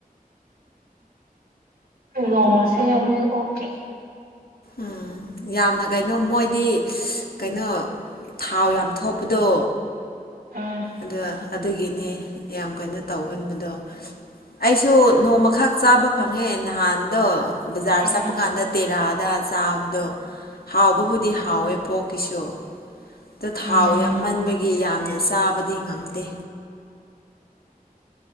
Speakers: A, on the right (about 75°); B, on the left (about 85°).
A: ꯎꯝ <unintelligible> ꯑꯣꯀꯦ
B: ꯎꯝ ꯌꯥꯝꯅ ꯀꯩꯅꯣ ꯃꯣꯏꯗꯤ ꯀꯩꯅꯣ ꯊꯥꯎ
A: ꯎꯝ
B: ꯌꯥꯝ ꯊꯣꯛꯄꯗꯣ
A: ꯎꯝ
B: ꯑꯗ ꯑꯗꯨꯒꯤꯅꯦ ꯌꯥꯝ ꯀꯩꯅꯣ ꯇꯧꯒꯟꯕꯗꯣ ꯑꯩꯁꯨ ꯅꯣꯡꯃꯈꯥ ꯆꯥꯕ ꯐꯪꯉꯦ ꯅꯍꯥꯟꯗꯣ ꯕꯖꯥꯔ
A: ꯎꯝ
B: ꯆꯠꯄ ꯀꯥꯟꯗ ꯇꯦꯔꯥꯗ ꯆꯥꯕꯗꯣ ꯍꯥꯎꯕꯕꯨꯗꯤ ꯍꯥꯎꯋꯦ ꯄꯣꯛꯀꯤꯁꯨ ꯗꯣ ꯊꯥꯎ
A: ꯎꯝ
B: ꯌꯥꯝꯃꯟꯕꯒꯤ ꯌꯥꯝꯅ ꯆꯥꯕꯗꯤ ꯉꯝꯗꯦ